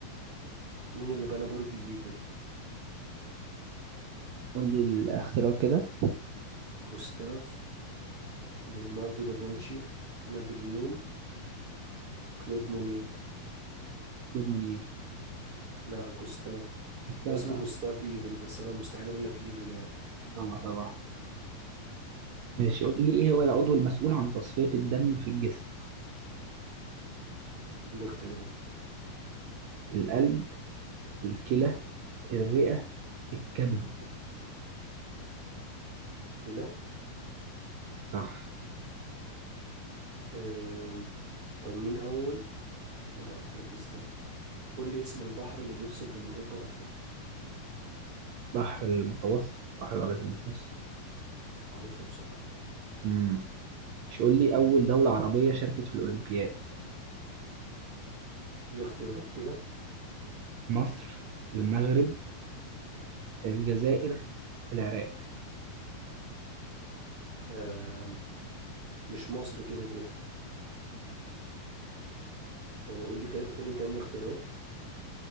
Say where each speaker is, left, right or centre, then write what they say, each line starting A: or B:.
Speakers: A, on the right (about 40°); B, on the right (about 70°).
A: مين اللي بنى برج ايفل
B: قول لي الاختراع كده
A: جوستاف ليوناردو دافنشي نابليون كلود مونيه
B: كلود مونيه
A: لا جوستاف
B: مستعفى
A: هو اسمه جوستاف ايفل بس انا مستحيل اقول لك ايفل يعني
B: الله مع صباح ماشي قول لي ايه هو العضو المسؤول عن تصفية الدم في الجسم
A: قول لي اختيارات
B: القلب الكلى الرئة الكبد
A: لا
B: صح
A: أم... طب مين اول لا فاكس ده قول لي اسم البحر اللي بيفصل بين اوروبا وافريقيا
B: بحر المتوسط بحر الأبيض المتوسط
A: معروفه بصراحه
B: امم ماشي قول لي أول دولة عربية شاركت في الأولمبياد
A: قول لي اختيارات كده
B: مصر المغرب الجزائر العراق
A: أم... مش مصر كده كده أه، قول لي كده قول لي تاني الاختيارات